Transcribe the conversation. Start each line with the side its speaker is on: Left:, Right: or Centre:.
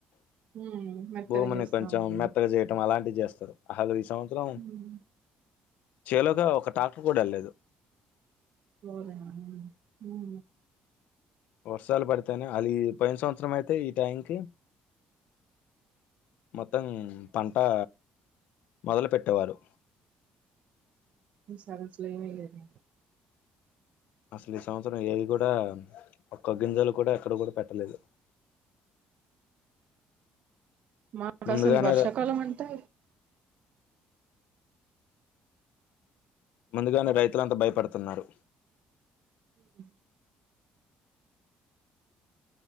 Right: హ్మ్ మెత్తగా
Left: భూమిని
Right: చేస్తా
Left: కొంచెం
Right: ఉంటాం
Left: మెత్తగా చేయటం అలాంటి జేస్తారు అలు ఈ సంవత్సరం
Right: హ్మ్
Left: చేలోక ఒక టాక్ ప్పకూడ లేదు
Right: మోయన ఉ మొ
Left: వర్షాలు పడితేనే అది పోయిన సంవత్సరం అయితే ఈ టైంకి మొత్తం పంటా మొదలు పెట్టేవారు
Right: ఈసారి అసల ఏం వెయ్యలేదా?
Left: అసలు ఈ సంవత్సరం ఏవి కూడా ఒక్క గింజలు కూడా ఎక్కడ కూడా పెట్టలేదు.
Right: మాకసలు
Left: ముందుగానే
Right: వర్షకాలమంటే
Left: ముందుగానే రైతులంతా భయపడుతున్నారు.
Right: ఉ